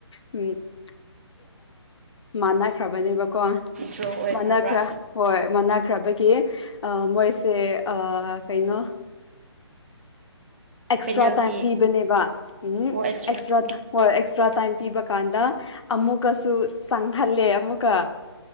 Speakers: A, on the left (about 75°); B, on the right (about 30°).
A: ꯎꯝ ꯃꯥꯟꯅꯈ꯭ꯔꯕꯅꯦꯕꯀꯣ
B: ꯗ꯭ꯔꯣ ꯑꯣꯏꯈ꯭ꯔꯕ꯭ꯔꯥ
A: ꯃꯥꯟꯅꯈ꯭ꯔ ꯍꯣꯏ ꯃꯅꯈ꯭ꯔꯕꯒꯤ ꯃꯣꯏꯁꯦ ꯀꯩꯅꯣ ꯑꯦꯛꯁꯇ꯭ꯔꯥ
B: ꯄꯦꯅꯥꯜꯇꯤ
A: ꯇꯥꯏꯝ ꯄꯤꯕꯅꯦꯕ ꯎꯝ
B: ꯑꯣ
A: ꯑꯦꯛꯁꯇ꯭ꯔꯥ
B: ꯎꯝ
A: ꯍꯣꯏ ꯇ꯭ꯔꯥ ꯇꯥꯏꯝ ꯄꯤꯕ ꯀꯥꯟꯗ ꯑꯃꯨꯛꯀꯁꯨ ꯆꯪꯍꯜꯂꯦ ꯑꯃꯨꯛꯀ